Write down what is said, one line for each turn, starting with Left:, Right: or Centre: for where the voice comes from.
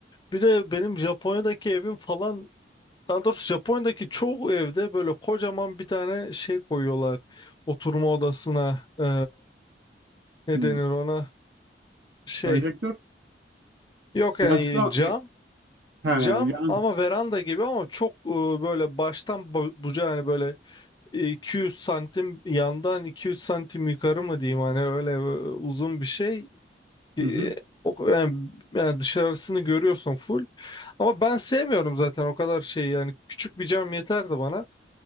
Left: Bir de benim Japonya'daki evim falan daha doğrusu Japonya'daki çoğu evde böyle kocaman bir tane şey koyuyorlar. Oturma odasına e, ne
Right: Hmm.
Left: denir ona şey.
Right: Projektör.
Left: Yok
Right: Yansıtan
Left: yani cam.
Right: he,
Left: Cam
Right: yan,
Left: ama veranda gibi ama çok e, böyle baştan bu- bucağı hani böyle 200 santim yandan 200 santim yukarı mı diyeyim hani öyle e, uzun bir şey. E,
Right: hı hı,
Left: o, yani, yani dışarısını görüyorsun full. Ama ben sevmiyorum zaten o kadar şeyi yani küçük bir cam yeterdi bana.